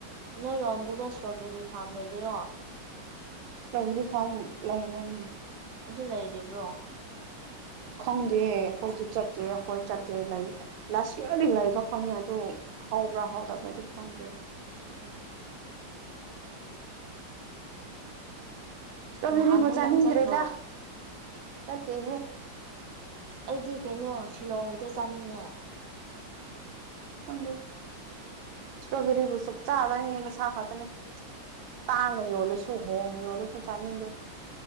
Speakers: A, on the right; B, on the right.
A: ꯅꯣꯏꯔꯣꯝꯗꯒ ꯏꯁꯇ꯭ꯔꯣꯕꯦꯔꯤ ꯐꯥꯝ ꯂꯩꯕꯔꯣ
B: ꯏꯁꯇ꯭ꯔꯣꯕꯦꯔꯤ ꯐꯥꯝ ꯂꯩꯕꯅꯦ
A: ꯑꯗꯨ ꯂꯩꯔꯤꯕ꯭ꯔꯣ
B: ꯈꯪꯗꯦ ꯍꯧꯖꯤꯛ ꯆꯠꯇꯣꯏꯔ ꯍꯣꯔꯦꯟ ꯆꯠꯇꯣꯏꯔ ꯂꯩꯔꯤ ꯂꯥꯁ ꯌꯥꯔꯗꯤ ꯂꯩꯕ ꯐꯪꯉꯦ ꯑꯗꯣ ꯍꯧꯕ꯭ꯔꯥ ꯍꯧꯗꯕ꯭ꯔꯥꯗꯤ ꯈꯪꯗꯦ
A: ꯑꯣ
B: ꯀꯣꯕꯤꯔꯤꯕꯨ
A: ꯅꯍꯥꯟꯗꯣ
B: ꯆꯥꯅꯤꯡꯗ꯭ꯔꯦꯗ
A: ꯅꯪ ꯆꯠꯇ꯭ꯔꯣ
B: ꯅꯠꯇꯦꯍꯦ
A: ꯑꯩꯗꯤ ꯀꯩꯅꯣ ꯁꯤꯂꯣꯡꯒꯤꯗꯣ ꯆꯥꯅꯤꯡꯉꯦ
B: ꯐꯪꯗꯦ <unintelligible> ꯁꯇ꯭ꯔꯣꯕꯦꯔꯤꯕꯨ ꯁꯨꯛ ꯆꯥ ꯆꯥꯅꯤꯡꯗꯦ ꯃꯁꯥ ꯈꯛꯇꯅꯦ ꯇꯥꯡꯅ ꯌꯣꯜꯂꯁꯨ ꯍꯣꯡꯅ ꯌꯣꯜꯂꯁꯨ ꯆꯥꯅꯤꯡꯗꯦ